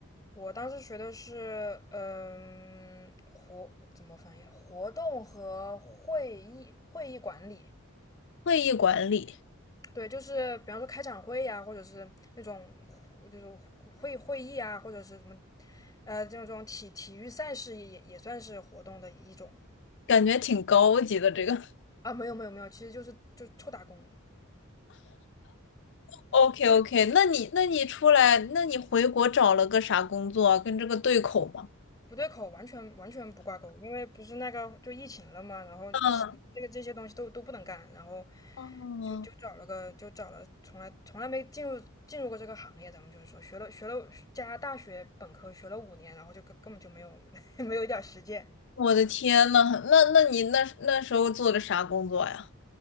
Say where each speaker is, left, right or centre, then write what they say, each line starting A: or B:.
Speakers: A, on the left; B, on the left.
A: 我当时学的是嗯活怎么翻译啊？活动和会议会议管理。
B: 会议管理，
A: 对，就是比方说开展会呀、或者是那种就是会会议啊，或者是什么，呃，这种这种体体育赛事也也算是活动的一种。
B: 感觉挺高级的这个。
A: 啊，没有没有没有，其实就是就臭打工的，
B: OK OK，那你那你出来，那你回国找了个啥工作啊跟这个对口吗？
A: 不对口，完全完全不挂钩，因为不是那个就疫情了嘛，然后疫情这个这些东西都都不能干，
B: 嗯，
A: 然后
B: 哦，
A: 就就找了个就找了从来从来没进入进入过这个行业，咱们就是说学了学了加拿大学本科学了五年，然后就根根本就没有 <laughs> 没有一点儿实践。
B: 我的天呐，那那你那那时候做的啥工作呀？